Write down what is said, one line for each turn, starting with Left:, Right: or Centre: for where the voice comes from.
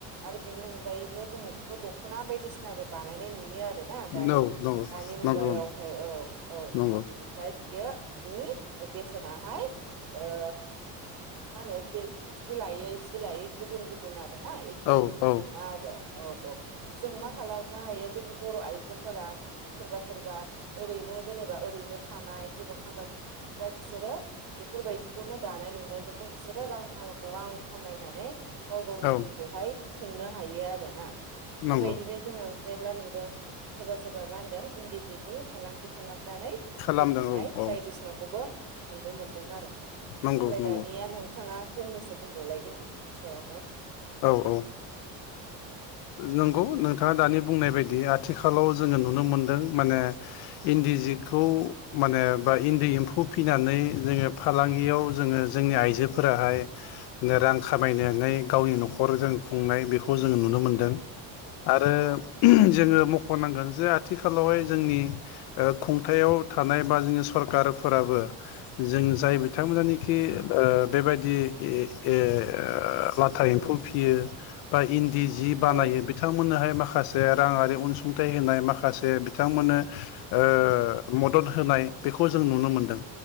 Right: आरो बेनि अनगायैबो जोङो बेखौ दख'ना बायदिसिनाबो बानायनाय नुयो आरो ना दानि
Left: नंगौ नंगौ
Right: मुगायावहाय औ औ ओमफ्राय
Left: नंगौ
Right: बियो बिनि बेसेनाहाय ओ मा होनो बे जि लायै जि लायै गुबुन गुबुन आरो आरो ना एखे
Left: औ
Right: रोखोमनि
Left: औ
Right: नङा आरो औ औ जों मा खालामनो हायो जोंनि बर' आइजोफोरा सोरबा सोरबा ओरैनो जेनेबा ओरैनो थानाय जेबो खामानि माव्रा बिसोरो बेफोरबायायदिखौनो दानाय लुनायजों आरो बिसोरो रां ख रां खामायनानै गाव गावनि
Left: औ
Right: जिउखौहाय खुंनो हायो आरोना। बेबायदिनो
Left: नंगौ
Right: जोङो मेरला नुदों सोरबा सोरबा मा होनदों इन्दि जिनि फालांगि फालां नानै
Left: खालामदों
Right: जिउ खुंनाय
Left: औ
Right: बायदिसिनाखौबो नुनो मोनदों आरो
Left: नंगौ
Right: <unintelligible>
Left: नंगौ
Right: दा नोंथाङा फंनैसो बुंबावलाय इन्दिसनि सायावहाय।
Left: औ औ ओ नंगौ नोंथाङा दानि बुंनाय बायदि आथिखालाव जोङो नुनो मोनदों माने इन्दि जिखौ माने बा इन्दि एम्फौ फिसिनानै जोङो फालांगियाव जोङो जोंनि आइजोफोराहाय रां खामायनानै गावनि न' खर जों खुंनाय बेखौ जोङो नुनो मोनदों आरो
Right: औ
Left: जोङो होननांगोन जे आथिखालावहाय जोंनि ओ खुंथायाव थानाय बा जोंनि सरकारफोराबो जों जाय बिथांमोनानोखि ओ बेबायदि ओ था एम्फौ फियो बा इन्दि जि बानायो
Right: औ
Left: बिथांमोननोहाय माखासे माखासे राङारि अनसुंथाइ होनाय माखासे बिथांमोननो ओ मदद होनाय बेखौ जों नुनो मोनदों